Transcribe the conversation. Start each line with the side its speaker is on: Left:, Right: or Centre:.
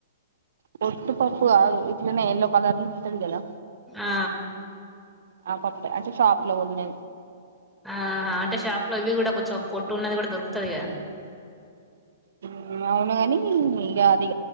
Right: పొట్టు పప్పు కాదు ఇట్లనే ఎల్లో కలర్లో ఉంటది కదా
Centre: ఆ
Right: ఆ పప్పే అంటే షాప్ లో కోన్నాది
Centre: ఆహా అంటే షాప్ లో ఇవి కూడా కొంచెం పొట్టు ఉన్నది కూడా దొరుకుతాది గా
Right: అ అవును గాని ఇగ అది